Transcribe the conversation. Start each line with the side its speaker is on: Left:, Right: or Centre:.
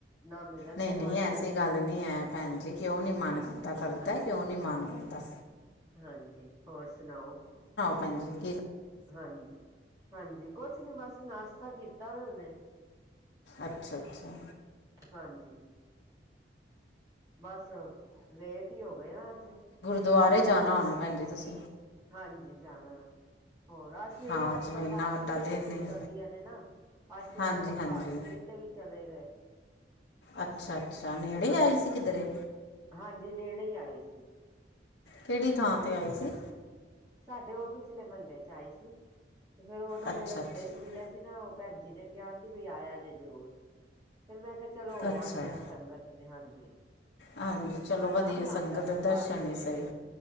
Right: ਨਾ ਮਿਲਣ
Left: ਨਹੀਂ
Right: ਤੇ
Left: ਨਹੀਂ,
Right: ਮਨ
Left: ਐਸੀ
Right: ਕਰਦਾ
Left: ਗੱਲ ਨਹੀਂ ਹੈ ਭੈਣ ਜੀ ਕਿਉਂ ਨਹੀਂ ਮਨ ਕਰਦਾ ਕਰਦਾ
Right: ਹਾਂਜੀ
Left: ਕਿਉਂ ਨਹੀਂ ਮਨ ਕਰਦਾ।
Right: ਹਾਂਜੀ ਹੋਰ ਸੁਣਾਓ?
Left: ਭੈਣਜੀ।
Right: ਹਾਂਜੀ-ਹਾਂਜੀ ਕੁਛ ਨੀ ਬਸ ਨਾਸ਼ਤਾ ਕੀਤਾ ਵੇ ਹੁਨੇ।
Left: ਅੱਛਾ-ਅੱਛਾ
Right: ਹਾਂਜੀ, ਬਸ ਲੇਟ ਹੀ ਹੋ ਗਏ ਆ ਅੱਜ
Left: ਦੁਬਾਰੇ ਜਾਣਾ ਹੋਣਾ ਭੈਣ ਜੀ ਤੁਸੀਂ
Right: ਹਾਂਜੀ ਜਾਣਾ ਵੈਂ ਹੋਰ ਅੱਜ ਸਵੇਰੇ
Left: ਹਾਂ
Right: ਅੱਜ
Left: ਇੰਨਾ
Right: ਪ੍ਰਭਾਤ
Left: ਵੱਡਾ
Right: ਫੇਰੀਆਂ
Left: ਦਿਨ
Right: ਵੀ ਨਿਕਲਦੀਆਂ
Left: ਹੈ
Right: ਨੇ ਨਾ ਅੱਜ ਸਵੇਰੇ
Left: ਹਾਂਜੀ
Right: ਪ੍ਰਭਾਤ
Left: ਹਾਂਜੀ
Right: ਫੇਰੀ ਤੇ ਵੀ ਚਲੇ ਗਏ,
Left: ਅੱਛਾ ਅੱਛਾ ਨੇੜੇ
Right: ਹਾਂਜੀ-ਹਾਂਜੀ।
Left: ਆਈ ਸੀ ਕਿਧਰੇ
Right: ਨੇਣੇ ਹੀ ਆਈ ਸੀ।
Left: ਕਿਹੜੀ ਥਾਂ 'ਤੇ ਆਏ ਸੀ।
Right: ਹਾਂਜੀ। ਸਾਡੇ ਉਹ ਪਿਛਲੇ ਮਹੱਲੇ ਚ ਆਈ ਸੀ। ਫੇਰ ਉਹਨਾ
Left: ਅੱਛਾ
Right: ਨੇ ਰਸਤੇ
Left: ਅੱਛਾ
Right: ਚ ਮਿਲਿਆ। ਸੀ ਨਾ ਉਹ ਭੈਜੀ ਨੇ ਕਿਹਾ ਸੀ, ਵੀ ਆਇਆ ਜੇ ਜਰੂਰ ਫਿਰ ਮੈਂ ਕਿਹਾ ਚਲੋ ਹੋ
Left: ਅੱਛਾ
Right: ਆਂਦੇ ਆ ਸੰਗਤ ਤੇ ਹਾਂਜੀ,
Left: ਹਾਂਜੀ ਚਲੋ
Right: ਆਨੰਦ
Left: ਵਧੀਆ
Right: ਆਂਦਾ
Left: ਸੰਗਤ
Right: ਪ੍ਰਭਾਤ
Left: ਦੇ ਦਰਸ਼ਨ
Right: ਫੇਰੀ
Left: ਹੀ ਸਹੀ
Right: ਤੇ